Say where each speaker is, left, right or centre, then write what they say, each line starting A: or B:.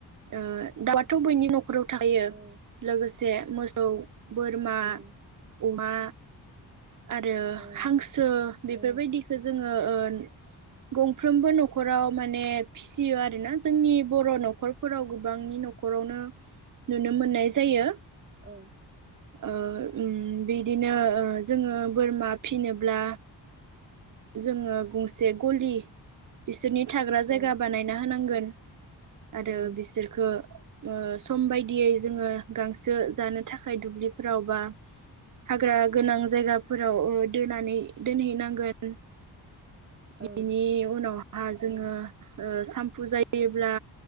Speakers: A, on the right (about 45°); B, on the right (about 25°).
A: ओ
B: मिथि
A: दाउआथ बैनि नखराव थायो
B: औ
A: लोगोसे मोसौ बोरमा
B: थाखायो
A: अमा आरो
B: औ
A: हांसो बेफोरबायदिखौ
B: औ
A: जोंङो ओ ओ गंफ्रोमबो नखराव माने फिसियो आरना जोंनि बर नखरफोराव गोबांनि नखरावनो नुनो मोन्नाय जायो
B: औ
A: ओ उम बिदिनो जोंङो बोरमा फिनोब्ला जोंङो गंसे गलि बिसोरनि थाग्रा जायगा
B: औ
A: बानायना होनांगोन। आरो
B: औ
A: बिसोरखौ ओ सम बायदियै जोंङो गांसो जानो थाखाय दुब्लिफोराव बा हाग्रा गोनां जायगाफोराव दोनानै दोनहैनांगोन। <inaudible>
B: औ
A: बेनि उनावहा जोंङो ओ साम फुजायोब्ला